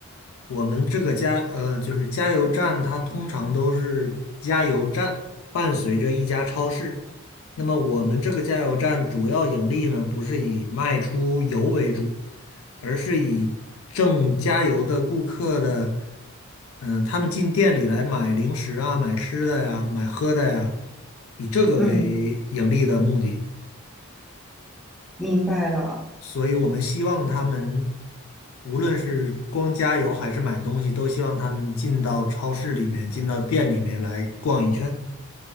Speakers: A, on the left; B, in the centre.
A: 我们这个加呃，就是加油站，它通常都是加油站伴随着一家超市。那么我们这个加油站主要盈利呢，不是以卖出油为主，而是以挣加油的顾客的，嗯、他们进店里来买零食啊、买吃的呀、买喝的呀，以这个为盈利的目的。
B: 嗯，明白了。
A: 所以我们希望他们，无论是光加油还是买东西，都希望他们进到超市里面，进到店里面来逛一圈。